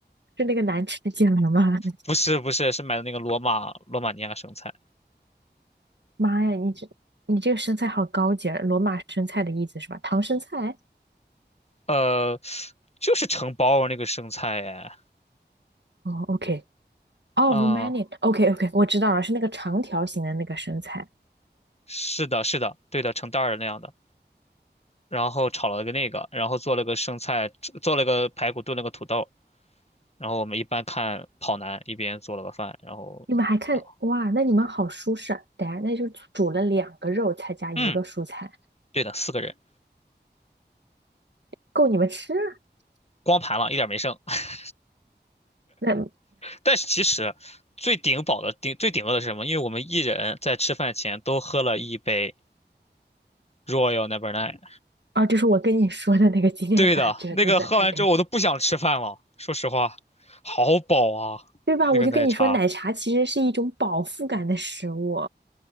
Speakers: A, on the right; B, on the left.
A: 是那个难吃的芥蓝吗？<laughs>
B: 不是不是，是买的那个罗马罗马尼亚生菜，
A: 妈呀，你这你这个生菜好高级啊罗马生菜的意思是吧？唐生菜？
B: 呃，就是成包儿那个生菜哎，
A: 哦，OK，哦
B: 啊、
A: r o m a n i a o k OK，我知道了，是那个长条形的那个生菜。
B: 是的，是的，对的，成袋儿的那样的。然后炒了个那个，然后做了个生菜，做了个排骨炖了个土豆，然后我们一般看跑男，一边做了个饭，然后，
A: 你们还看哇？
B: 嗯，
A: 那你们好舒适啊！等下，那就煮了两个肉，再加一个蔬菜，
B: 嗯对的，四个人
A: 够你们吃啊。
B: 光盘了，一点没剩。<laughs>
A: 那
B: 但是其实最顶饱的顶最顶饿的是什么？因为我们一人在吃饭前都喝了一杯 Royal Number Nine。
A: 啊，就是我跟你说的那个今天打折的在案例，
B: 对的，那个喝完之后我都不想吃饭了，说实话，好饱啊，
A: 对吧？
B: 那个奶茶。
A: 我就跟你说，奶茶其实是一种饱腹感的食物。